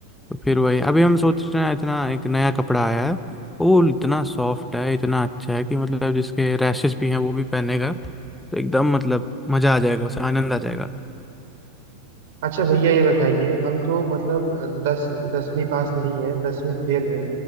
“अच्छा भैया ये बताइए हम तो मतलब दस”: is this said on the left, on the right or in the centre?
Right